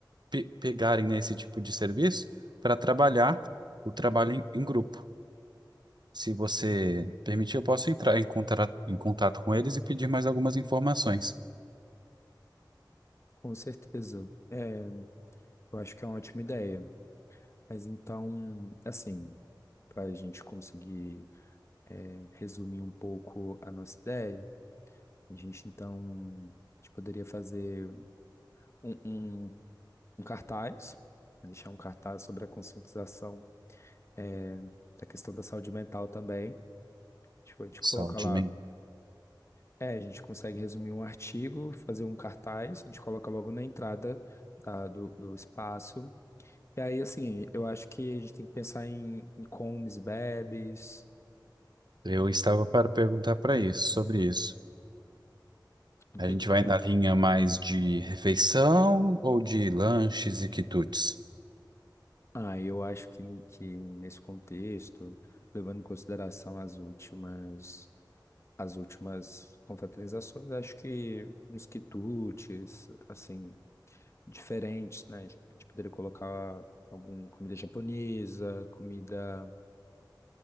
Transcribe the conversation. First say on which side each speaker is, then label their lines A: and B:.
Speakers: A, on the right (about 65°); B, on the left (about 35°).
A: pe- pegarem, né, esse tipo de serviço para trabalhar o trabalho em, em grupo. Se você permitir, eu posso entrar em contra- em contato com eles e pedir mais algumas informações.
B: Com certeza. É, eu acho que é uma ótima ideia. Mas então, assim, para a gente conseguir eh, resumir um pouco a nossa ideia. A gente, então, a gente poderia fazer um, um, um cartaz, né, deixar um cartaz sobre a conscientização é, da questão da saúde mental também. Tipo, a gente
A: Saúde
B: coloca lá,
A: mental.
B: é, a gente consegue resumir um artigo, fazer um cartaz, a gente coloca logo na entrada da- do, do espaço. E aí, assim, eu acho que a gente tem que pensar em, em comes, bebes.
A: Eu estava para perguntar para isso, sobre isso.
B: o que-
A: A gente vai na linha mais de refeição ou de lanches e quitutes?
B: Ah, eu acho que, que nesse contexto, levando em consideração as últimas as últimas confraternizações, acho que uns quitutes, assim, diferentes, né? A gente poderia colocar alguma comida japonesa, comida